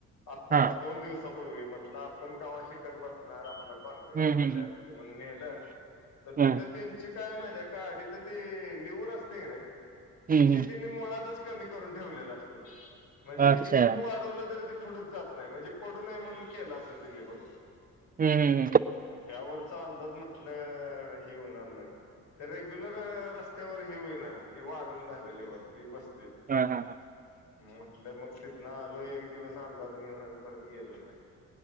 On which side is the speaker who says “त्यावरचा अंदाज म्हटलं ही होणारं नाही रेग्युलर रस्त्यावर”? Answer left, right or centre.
Left